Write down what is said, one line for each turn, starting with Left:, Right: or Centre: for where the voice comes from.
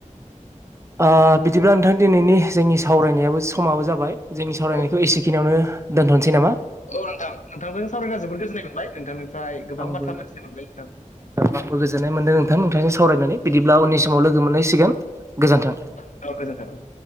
Right: ओ बिदिब्ला नोंथां दिनैनि जोंनि सावरायनायाबो समाबो जाबाय जोंनि सावरायनायखौ
Left: औ
Right: एसेखिनियावनो दोनथ'नसै नामा?
Left: औ नोंथां नोंथांजों सावरायना जोबोद गोजोननाय मोनबाय नोंथांनिफ्राय गोबां
Right: आंबो
Left: बाथ्रा मिथिनो मोनबाय नोंथां।
Right: आंबो गोजोननाय मोनदों नोंथां नोंथांजों सावरायनानै बिदिब्ला उननि समाव लोगो मोनलायसिगोन गोजोन्थों।
Left: औ‌ गोजोन्थों।